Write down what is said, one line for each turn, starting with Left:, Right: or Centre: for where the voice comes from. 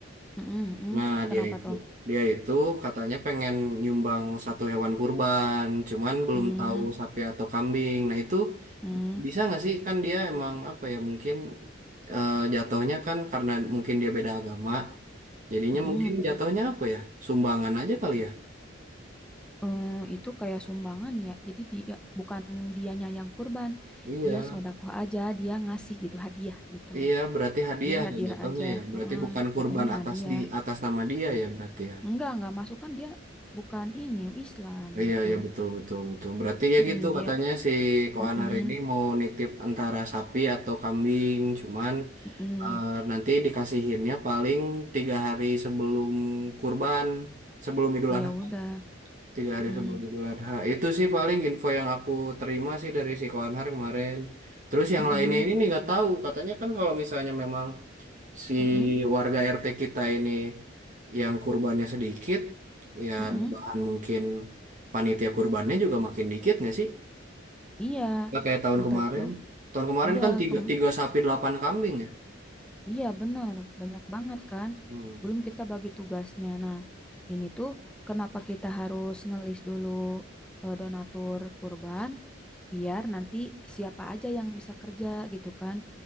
Centre: mm-mm, mm-mm.
Right: Nah, dia
Centre: kenapa
Right: itu
Centre: tuh
Right: dia itu katanya pengen nyumbang satu hewan kurban, cuman belum
Centre: mm,
Right: tahu sapi atau kambing. Nah, itu
Centre: mm,
Right: bisa nggak sih kan dia emang apa ya mungkin eh, jatuhnya kan karena mungkin dia beda agama. Jadinya
Centre: mm-mm.
Right: mungkin jatuhnya apa ya? Sumbangan aja kali ya.
Centre: Eh, itu kayak sumbangan ya jadi dia bukan dianya yang kurban
Right: Iya.
Centre: dia sodakoh aja dia ngasih gitu hadiah gitu
Right: Iya, berarti hadiah
Centre: dia hadiah
Right: ya jatuhnya
Centre: aja
Right: ya. Berarti
Centre: Heeh,
Right: bukan kurban
Centre: jatuhnya
Right: atas
Centre: hadiah
Right: di atas nama dia ya berarti ya.
Centre: Enggak, enggak masuk kan dia bukan ini Islam
Right: Iya,
Centre: gitu.
Right: iya betul betul betul. Berarti ya
Centre: Mm-mm,
Right: gitu
Centre: dia,
Right: katanya si Koan
Centre: mm-mm,
Right: hari ini mau nitip antara sapi atau kambing, cuman
Centre: mm-mm.
Right: eh, nanti dikasihinnya paling tiga hari sebelum kurban, sebelum Idul
Centre: Oh
Right: Adha,
Centre: ya udah,
Right: tiga hari
Centre: mm-mm,
Right: sebelum Idul Adha. Itu sih paling info yang aku terima sih dari si Koanhar kemarin. Terus yang
Centre: mm-mm,
Right: lainnya ini nih nggak tahu. Katanya kan kalau misalnya memang si
Centre: mm-mm,
Right: warga RT kita ini yang kurbannya sedikit, ya
Centre: mm-mm.
Right: bahan mungkin panitia kurbannya juga makin dikit nggak sih?
Centre: Iya,
Right: Nggak kayak tahun
Centre: ntar
Right: kemarin.
Centre: tuh,
Right: Tahun kemarin
Centre: iya,
Right: kan tiga,
Centre: kem-
Right: tiga sapi delapan kambing ya.
Centre: iya benar, banyak banget kan.
Right: Hmm,
Centre: Belum kita bagi tugasnya. Nah, ini tuh kenapa kita harus ngelis dulu eh, donatur kurban? biar nanti siapa aja yang bisa kerja gitu kan.